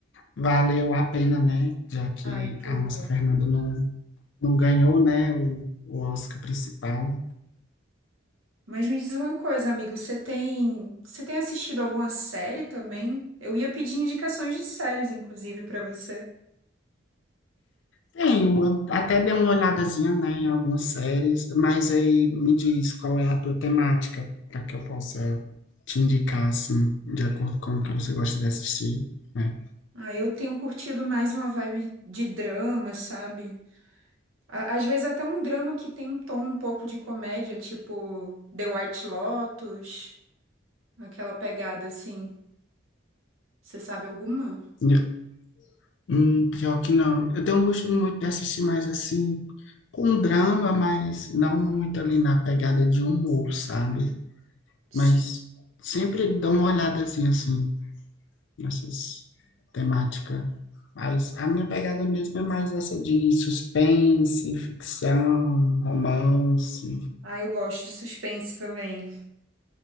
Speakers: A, on the left (about 65°); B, on the right (about 90°).
A: valeu a pena, né? Já que
B: Ai, tudo.
A: a nossa Fernanda não, não ganhou, né, o, o Oscar principal.
B: Mas me diz uma coisa, amigo, você tem, você tem assistido alguma série também? Eu ia pedir indicações de séries, inclusive, pra você.
A: Tenho, eu até dei uma olhadazinha, né, em algumas séries, mas aí me diz qual é a tua temática, para que eu possa te indicar, assim, de acordo com o que você gosta de assistir, né?
B: Ah, eu tenho curtido mais uma vibe de drama, sabe? Á- Às vezes até um drama que tem um tom um pouco de comédia, tipo The White Lotus, aquela pegada assim. Você sabe alguma?
A: E- Hum, pior que não. Eu tenho um gosto muito de assistir mais, assim, com drama, mas não muito ali na pegada de humor, sabe?
B: Sim.
A: Mas sempre dou uma olhadazinha, assim. essas temática. Mas a minha pegada mesmo é mais essa de suspense, ficção, romance,
B: Ah, eu gosto de suspense também.